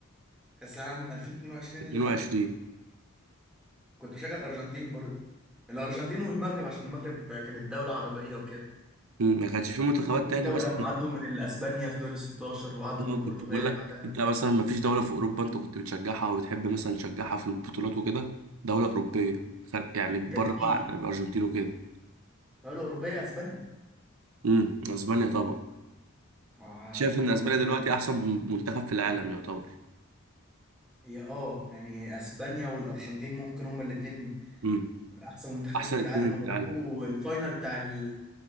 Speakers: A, in the centre; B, on the right.
A: كأس العالم 2022
B: 22
A: اللي فات كنت بشجع الأرجنتين برضه الأرجنتين والمغرب عشان المغرب كانت دولة عربية وكده
B: امم ما كانش في منتخبات
A: التوي
B: تاني مثلا
A: لما عدوا من الأسبانيا في دور ال 16 وعدوا
B: اه
A: من البرتغال
B: كنت بقول لك
A: بعدها
B: انت مثلا ما فيش دولة في اوروبا انت كنت بتشجعها وبتحب مثلا تشجعها في البطولات وكده دولة اوروبية خارج- يعني بره
A: كان في
B: بقى عن الارجنتين وكده
A: دولة أوروبية أسبانيا
B: امم اسبانيا طبعا
A: وع-
B: شايف ان
A: حتى
B: اسبانيا دلوقتي احسن منتخب في العالم يعتبر
A: هي اه يعني اسبانيا والارجنتين ممكن هما الاتنين
B: امم
A: من احسن منتخبين
B: احسن
A: في العالم
B: اتنين
A: ويلعبوا
B: في العالم
A: الفاينل بتاع ال-